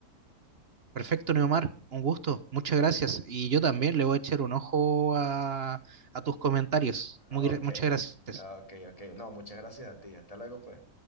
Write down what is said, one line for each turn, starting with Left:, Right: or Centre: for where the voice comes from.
Right: Perfecto, Neomar, un gusto, muchas gracias. Y yo también le voy a echar un ojo a, a tus comentarios.
Left: Ok,
Right: Muy, muchas gracias.
Left: ok, ok. No, muchas gracias a ti. Hasta luego, pues.